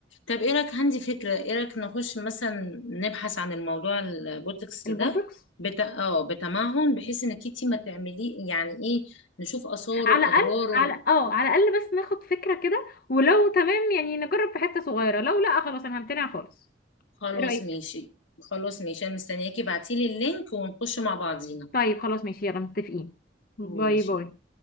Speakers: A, on the left (about 85°); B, on the left (about 50°).
A: طب ايه رأيك عندي فكرة ايه رأيك نخش مثلا نبحث عن الموضوع البوتوكس
B: البوتوكس
A: ده بت... اه بتمعن بحيث انك انتي ما تعمليه يعني ايه نشوف آثاره
B: على
A: وأضراره
B: الاقل على اه على الاقل بس ناخد فكره كده ولو تمام يعني نجرب في حته صغيره لو لا خلاص انا همتنع خالص
A: خلاص
B: ايه رايك
A: ماشي خلاص ماشي انا مستنياكي ابعتيلي اللينك ونخش مع بعضينا
B: طيب خلاص ماشي يلا متفقين باي
A: ماشي
B: باي